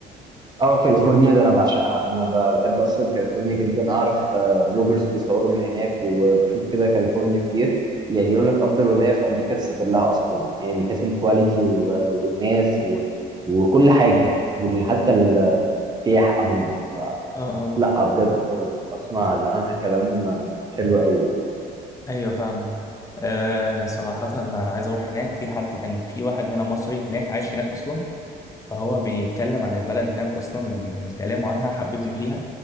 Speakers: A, on the right; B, on the left.
A: اه كاليفورنيا ده انا بعشقها انا ب- بحب اصلا كاليفورنيا جدا اعرف آه، بلوجرز بيصوروا من هناك وبشوف كده كاليفورنيا كتير يعني يقول لك افضل ولايه في امريكا تسافر لها اصلا يعني من حيث الكواليتي و- والناس و- وكل حاجه وحتى السياحه عموما فلا
B: اه اه
A: بجد آه، اسمع عنها كلام آه، حلو قوي
B: ايوه فاهمك آه صراحة أنا عايز أروح هناك في حد كان في واحد هنا مصري هناك عايش هناك أصلا فهو بيتكلم عن البلد هناك اصلا من, من كلامه عنها حببني فيها